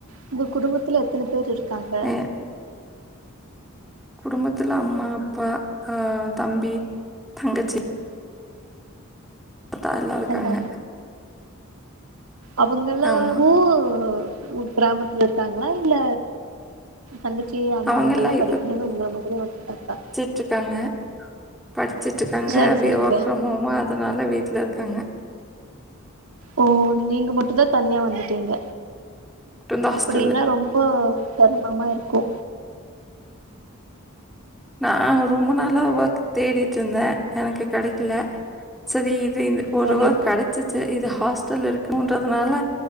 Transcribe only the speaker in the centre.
அஹ் குடும்பத்துல அம்மா அப்பா அ தம்பி தங்கச்சி அப்த்தாலா எல்லா இருக்காங்க
ஆமா
அவங்க
எல்லாம்
ட்டுருக்காங்க படிச்சுட்டு இருக்காங்க
அப்டியே
ஒர்க் ஃப்ரம் ஹோம் அதனால வீட்டுல இருக்காங்க
மட்டும்தான் ஹாஸ்டல்ல
நா ரொம்ப நாளா ஒர்க் தேடிட்டுருந்தே எனக்கு கெடைக்குல செரி இது இந்த் ஒருவா
கெடைச்சிச்சு இது ஹாஸ்டல் இருக்குன்றதுனால